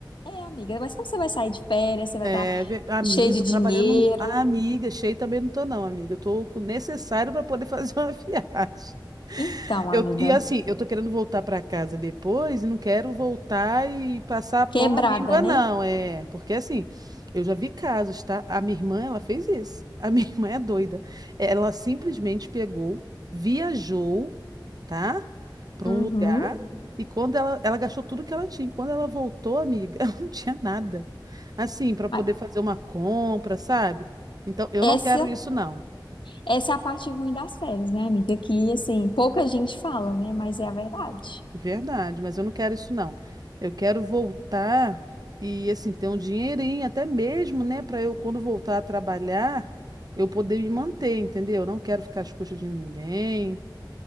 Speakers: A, on the left (about 85°); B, on the right (about 55°).
A: É, amiga, mas como você vai sair de férias? Você vai
B: É,
A: estar
B: ve- amiga,
A: cheio de
B: eu tô
A: dinheiro.
B: trabalhando. Ah, amiga, cheio também não tô, não, amiga. Eu tô com o necessário para poder fazer <laughs> uma viagem.
A: Então,
B: Eu,
A: amiga,
B: e assim, eu tô querendo voltar pra casa depois e não quero voltar e passar pão
A: quebrada,
B: à míngua,
A: né?
B: não. É, porque assim, eu já vi casos, tá? A minha irmã, ela fez isso. A minha <laughs> irmã é doida. Ela simplesmente pegou, viajou, tá? Pra
A: Uhum.
B: um lugar e quando ela, ela gastou tudo que ela tinha. Quando ela voltou, amiga, <laughs> ela não tinha nada. Assim, pra poder
A: Ah,
B: fazer uma compra, sabe? Então, eu
A: Essa,
B: não quero isso, não.
A: essa é a parte ruim das férias, né, amiga? Que, assim, pouca gente fala, né? Mas é a verdade.
B: Verdade, mas eu não quero isso não. Eu quero voltar e assim ter um dinheirinho até mesmo, né, para eu quando voltar a trabalhar, eu poder me manter, entendeu? Eu não quero ficar às custas de ninguém.